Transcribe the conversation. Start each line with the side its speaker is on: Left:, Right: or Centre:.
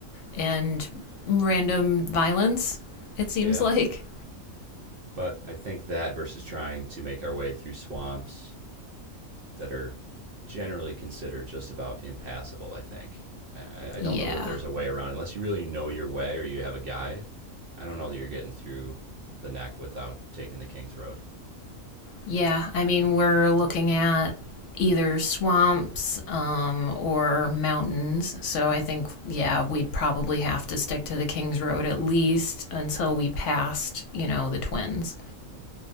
Left: and random violence, it seems
Right: Yeah.
Left: like.
Right: But I think that versus trying to make our way through swamps that are generally considered just about impassable. I think I, I
Left: Yeah.
Right: don't know that there's a way around unless you really know your way or you have a guide. I don't know that you're getting through the neck without taking the King's Road.
Left: Yeah, I mean, we're looking at either swamps um, or mountains. So I think, yeah, we'd probably have to stick to the King's Road at least until we passed, you know, the twins.